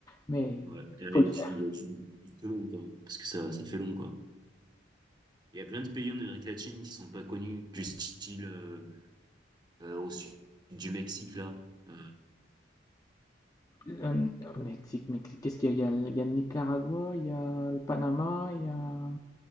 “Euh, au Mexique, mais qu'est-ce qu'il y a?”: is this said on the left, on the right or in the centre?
Left